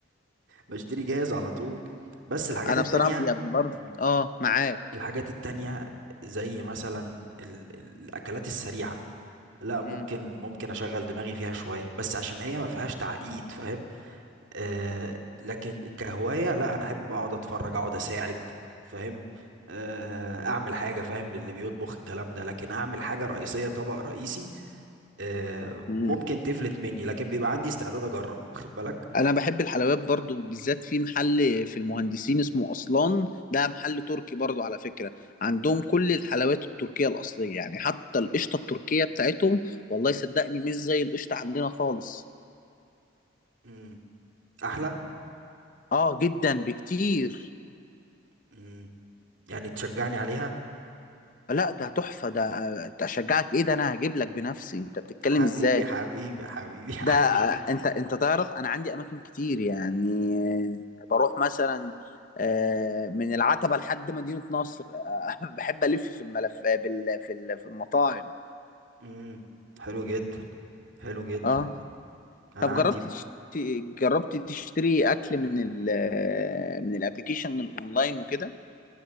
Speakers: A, on the right; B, on the left.
A: بشتري جاهز على طول بس الحاجات
B: انا
A: التانية
B: بصراحه يا برضو
A: مم.
B: اه معاك
A: الحاجات التانية زي مثلا ال... ال- الأكلات السريعة لا ممكن
B: امم
A: ممكن أشغل دماغي فيها شوية بس عشان هي ما فيهاش تعقيد فاهم آه لكن كهواية لا أنا أحب أقعد أتفرج أقعد أساعد فاهم آه أعمل حاجة فاهم للي بيطبخ الكلام ده لكن أعمل حاجة رئيسية طبق رئيسي آه
B: امم
A: ممكن تفلت مني لكن بيبقى عندي استعداد أجرب واخد بالك
B: انا بحب الحلويات برضو بالذات في محل في المهندسين اسمه اصلان ده محل تركي برضو على فكرة عندهم كل الحلويات التركية الاصلية يعني حتى القشطة التركية بتاعتهم والله صدقني مش زي القشطة عندنا خالص
A: مم. أحلى
B: اه جدا بكتير
A: مم. يعني تشجعني عليها
B: لا ده تحفة ده ده اشجعك ايه ده انا هجيب لك بنفسي انت بتتكلم
A: حبيبي
B: ازاي
A: حبيبي حبيبي
B: ده
A: <laughs> حبيبي
B: انت انت تعرف انا عندي اماكن كتير يعني بروح مثلا آه، من العتبة لحد مدينة نصر آه، <laughs> بحب الف في الملف بال- في ال- في المطاعم
A: امم حلو جدا حلو جدا
B: اه
A: انا
B: طب
A: عندي
B: جربت تشتري جربت تشتري اكل من ال آه، من الابلكيشن الاونلاين وكده